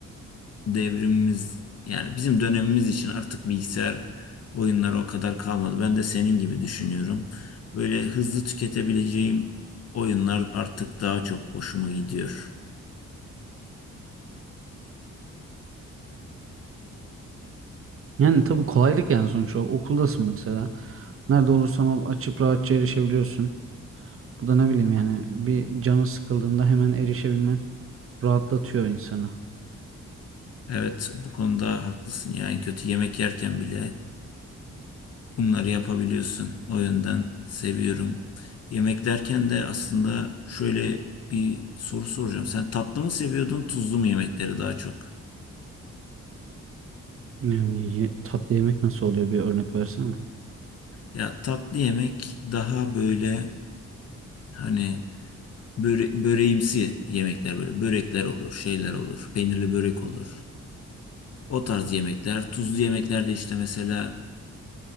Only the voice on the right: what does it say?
Yani tabii kolaylık yani sonuç olarak. Okuldasın mesela. Nerede olursan ol açıp rahatça erişebiliyorsun. Bu da ne bileyim yani bir canı sıkıldığında hemen erişebilmen rahatlatıyor insanı.
Yani ye- tatlı yemek nasıl oluyor bir örnek versene.